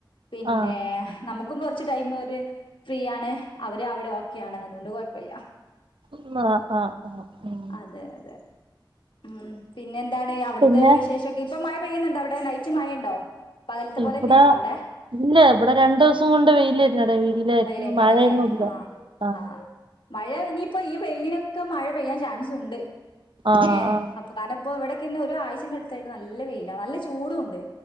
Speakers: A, on the left; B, on the right.
A: പിന്നെ
B: ആ ആ
A: നമു ക്കും കുറച്ച് ടൈം അവര് ഫ്രീയാണ് അവര് അവിടെ ഓക്കെയാണ് അതുകൊണ്ട് കുഴപ്പല്ല
B: ആ ആ. ആ ഉം
A: അതെ അതെ ഉം പിന്നെന്താണ് അവിടുത്തെ
B: പിന്നെ
A: വിശേഷൊക്കെ ഇപ്പൊ മഴ പെയ്യുന്നുണ്ടോ അവിടെ നൈറ്റ് മഴ ഉണ്ടോ അ പകലത്തെ പോലെ
B: ഇവിടെ
A: തന്നെയാണോ അവിടെ
B: ഇല്ല ഇവിടെ രണ്ടു ദിവസം കൊണ്ട് വെയിലായിരുന്നു വെയിലായിരുന്നു
A: വെയില് തന്നെയാണല്ലേ
B: മഴയൊന്നും ഇല്ല
A: ആഹ്
B: ആ
A: ആഹ് മഴ ഇനിയിപ്പോ ഈ വെയിലിനൊക്കെ മഴ പെയ്യാൻ ചാൻസ് ഉണ്ട്
B: ആ
A: ഏ
B: ആ
A: അപ്പൊ കാരണം അപ്പൊ ഇവിടക്കന്നെ ഒരു ആഴ്ചന്റെ അടുത്തായിട്ട് നല്ല വെയില നല്ല ചൂടും ഉണ്ട്